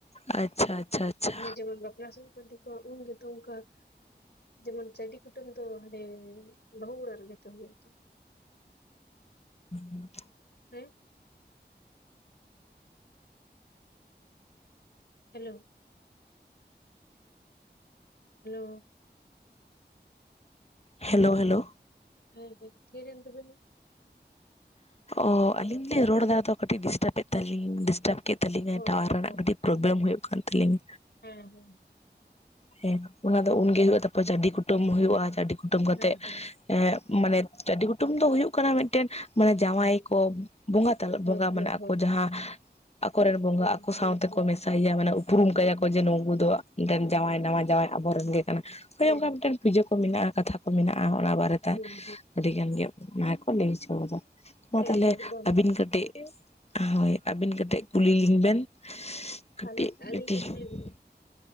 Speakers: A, on the left; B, on the left.
A: ᱟᱪᱪᱷᱟ ᱟᱪᱪᱷᱟ ᱟᱪᱪᱷᱟ
B: ᱡᱮᱢᱚᱱ ᱵᱟᱯᱞᱟ ᱥᱩᱨ ᱠᱚ ᱛᱤ ᱠᱚ ᱟ ᱩᱱᱼᱼ ᱛᱚ ᱚᱱᱠᱟ ᱡᱮᱢᱚᱱ ᱪᱟᱹᱰᱤ ᱠᱩᱴᱟᱹᱢ ᱫᱚ ᱦᱟᱱᱮ ᱵᱟᱹᱦᱩ ᱚᱲᱟᱜ ᱨᱮ ᱜᱮ ᱦᱩᱭᱩᱜ ᱛᱚᱼᱼ
A: ᱦᱮᱸ
B: ᱦᱮᱸ ᱦᱮᱞᱳ ᱦᱮᱞᱳ?
A: Hello hello?
B: ᱦᱮᱸ ᱦᱮᱸ ᱛᱷᱤᱨᱮᱱ ᱫᱩ ᱵᱮᱱ
A: ᱚᱻ ᱟᱹᱞᱤᱧ ᱨᱚᱲ ᱫᱟ ᱛᱚ ᱠᱟᱹᱴᱤᱡ ᱰᱤᱥᱴᱟᱵᱮᱫ ᱛᱟᱹᱞᱤᱧ ᱰᱤᱥᱴᱟᱵ ᱮᱫ ᱛᱟᱹᱞᱤᱧᱟ
B: ᱚ
A: ᱴᱟᱣᱟᱨ
B: ᱚ
A: ᱨᱮᱱᱟᱜ
B: ᱚ
A: ᱠᱟᱹᱴᱤᱡ ᱯᱨᱚᱵᱞᱮᱢ ᱦᱩᱭᱩᱜ ᱠᱟᱱ ᱛᱟᱹᱞᱤᱧᱼᱼ
B: ᱦᱮᱸ ᱦᱮᱸ
A: ᱦᱮᱸ ᱚᱱᱟ ᱫᱚ ᱩᱱᱜᱮ ᱦᱩᱭᱩᱜᱼᱟ ᱛᱟᱨᱯᱚᱨ ᱡᱟᱹᱰᱤ ᱠᱩᱴᱟᱹᱢ ᱦᱩᱭᱩᱜᱼᱟ ᱡᱟᱹᱰᱤ ᱠᱩᱴᱟᱹᱢ ᱠᱟᱛᱮᱜᱼᱼ
B: ᱦᱮᱸ ᱦᱮᱸ
A: ᱮᱸ ᱢᱟᱱᱮ ᱡᱟᱹᱰᱤ ᱠᱩᱴᱟᱹᱢ ᱫᱚ ᱦᱩᱭᱩᱜ ᱠᱟᱱᱟ ᱢᱮᱫᱴᱮᱱ ᱢᱟᱱᱮ ᱡᱟᱸᱣᱟᱭ ᱠᱚ ᱵᱚᱸᱜᱟ,
B: ᱦᱳᱭ
A: ᱵᱚᱸᱜᱟ
B: ᱦᱳᱭ
A: ᱢᱟᱱᱮ ᱟᱠᱚ ᱡᱟᱦᱟᱸ ᱟᱠᱚᱨᱮᱱ ᱵᱚᱸᱜᱟ
B: ᱦᱳᱭ
A: ᱟᱠᱚ ᱥᱟᱶ
B: ᱦᱮᱸ
A: ᱛᱮᱠᱚ
B: ᱦᱮᱸ ᱦᱮᱸ
A: ᱢᱮᱥ ᱥᱟᱭᱟ ᱢᱟᱱᱮ ᱩᱯᱨᱩᱢ ᱠᱟᱭᱟ ᱠᱚ ᱡᱮ ᱱᱩᱝᱠᱩ ᱫᱚ ᱤᱧᱨᱮᱱ ᱡᱟᱸᱣᱟᱭ
B: ᱦᱮᱸ
A: ᱱᱟᱣᱟ ᱡᱟᱸᱣᱟᱭ ᱟᱵᱚᱨᱮᱱ ᱜᱮ ᱠᱟᱱᱟ ᱦᱚᱭ
B: ᱦᱮᱸ
A: ᱚᱱᱠᱟ ᱢᱤᱫᱴᱮᱱ, ᱯᱩᱡᱟᱹ ᱠᱚ ᱢᱮᱱᱟᱜᱼᱟ ᱠᱟᱛᱷᱟ ᱠᱚ ᱢᱮᱱᱟᱜᱼᱟ, ᱚᱱᱟ ᱵᱟᱨᱮᱛᱮ
B: ᱦᱮᱸ
A: ᱟᱹᱰᱤ ᱜᱟᱱ ᱜᱮ ᱚᱱᱟ ᱜᱮᱠᱚ ᱞᱟᱹᱭ ᱦᱚᱪᱚ ᱠᱟᱫᱟ᱾ ᱢᱟ
B: ᱦᱮᱸ
A: ᱛᱟᱦᱚᱞᱮ
B: ᱦᱮᱸ ᱮᱠᱫᱚᱢ
A: ᱟᱹᱵᱤᱱ ᱠᱟᱹᱴᱤᱡ ᱦᱳᱭ ᱟᱹᱵᱤᱱ ᱠᱟᱹᱴᱤᱡ ᱠᱩᱞᱤ ᱞᱤᱧ ᱵᱮᱱ, ᱠᱟᱹᱴᱤᱡ
B: ᱟᱹᱞᱤᱧ ᱟᱹᱞᱤᱧ ᱞᱤᱧ ᱠᱩᱞᱤ
A: <unintelligible>
B: ᱵᱤᱱᱟ